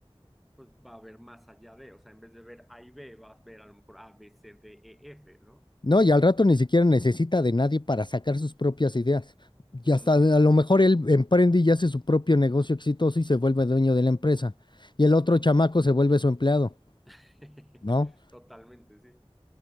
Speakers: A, in the centre; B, on the left.
A: Pues va a haber más allá de, o sea, en vez de ver A y B, vas a ver a lo mejor A, B, C, D, E, F, ¿no?
B: No, y al rato ni siquiera necesita de nadie para sacar sus propias ideas. Y
A: Ujú,
B: hasta
A: ujú,
B: a lo mejor él emprende y hace su propio negocio exitoso y se vuelve dueño de la empresa. Y el otro
A: ujú.
B: chamaco se vuelve su empleado,
A: <laughs>
B: ¿no?
A: Totalmente, sí.